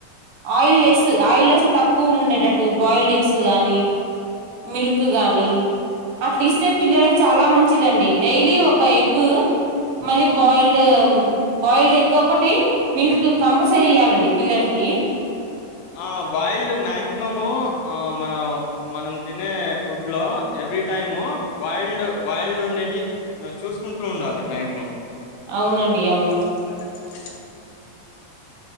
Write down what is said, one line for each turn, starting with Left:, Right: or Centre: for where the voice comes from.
Right: ఆయిల్
Left: ఆ
Right: లెస్ ఆయిల్ లెస్ తక్కువ ఉండేటట్టు బాయిల్డ్ ఎగ్ ఎక్స్ కానీ మిల్క్ గాని అట్లా ఇస్తే పిల్లలకి చాలా మంచిదండి డైలీ ఒక ఎగ్ మళ్ళీ బాయిల్ అంటే బాయిల్డ్ ఎగ్ ఒకటి మిల్క్ కంపల్సరీ ఇయాలండి పిల్లలకి
Left: ఆ బాయిల్డ్ మాక్సిమం మన మనం తినే ఫుడ్ లో ఎవ్రీ టైము బాయిల్డ్ బాయిల్డ్ ఉండేది చూసుకుంటూ ఉండాలి మాక్సిమం
Right: అవునండి అవును
Left: డోంట్ రూల్స్